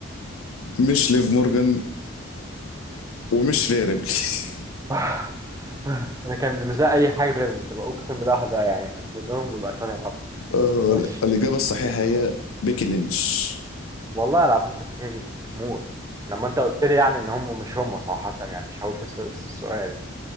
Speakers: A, on the left; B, on the right.
A: مش ليف مورجان ومش ري ريبلي <laughs>
B: آه، آه، أنا كان بالنسبة لي أي حاجة غيرهم تبقى أقسم بالله واحدة يعني منهم ويبقى التانية غلط
A: آه،
B: ماشي
A: الإجابة الصحيحة
B: الحمد لله
A: هي بيكي لينش
B: والله العظيم كنت شاكك موت لما أنت قلت لي يعني إن هم مش هم صراحة يعني مش هقول في الس- في السؤال